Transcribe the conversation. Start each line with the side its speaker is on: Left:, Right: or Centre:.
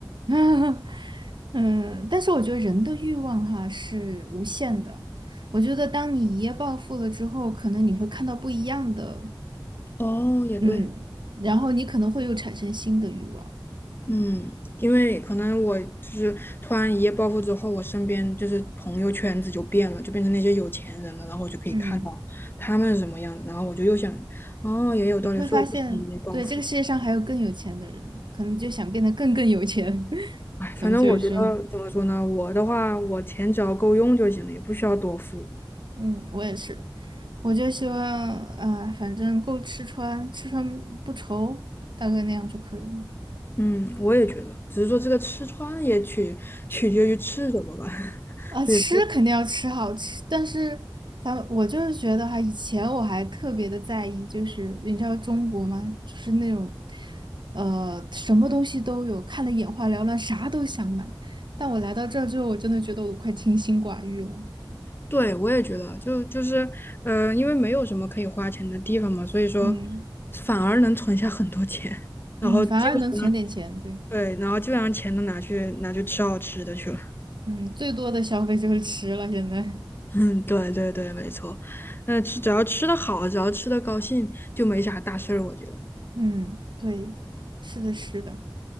Right: <laughs> 嗯，但是我觉得人的欲望哈是无限的。我觉得当你一夜暴富了之后，可能你会看到不一样的，
Left: <laughs> 哦，也对，
Right: 嗯，然后你可能会又产生新的欲望。嗯
Left: 嗯，因为可能我就是突然一夜暴富之后，我身边就是朋友圈子就变了，就变成那些有钱人了，然后我就可以看到他们是什么样的，
Right: 嗯。
Left: 然后我就又想，哦，也有道理，
Right: 会发现，
Left: 所以我不想一夜暴富。
Right: 对，这个世界上还有更有钱的人，可能就想变得更更有钱。<laughs>
Left: 哎，
Right: 咱们就是说，
Left: 反正我觉得怎么说呢，我的话，我钱只要够用就行了，也不需要多付。
Right: 嗯，我也是，我就希望啊、反正够吃穿，吃穿不愁，大概那样就可以了。
Left: 嗯，我也觉得，只是说这个吃穿也取取决于吃什么吧。<laughs>
Right: 啊，吃肯定要吃好吃，
Left: 对，
Right: 但是咱们我就是觉得哈，以前我还特别的在意，就是你知道中国嘛，就是那种，呃，什么东西都有，看得眼花缭乱，啥都想买。但我来到这儿之后，我真的觉得我快清心寡欲了。
Left: 对，我也觉得，就就是，呃，因为没有什么可以花钱的地方嘛，所以说
Right: 嗯
Left: 反而能存下很多钱，
Right: 嗯，
Left: 然后基本上
Right: 反而能存点钱，对，
Left: 对，然后基本上钱都拿去拿去吃好吃的去了。<laughs>
Right: 嗯，最多的消费就是吃了，现在，
Left: 嗯，对对对，没错。那吃只要吃的好，只要吃的高兴，就没啥大事儿，我觉得。
Right: 嗯，对，是的，是的，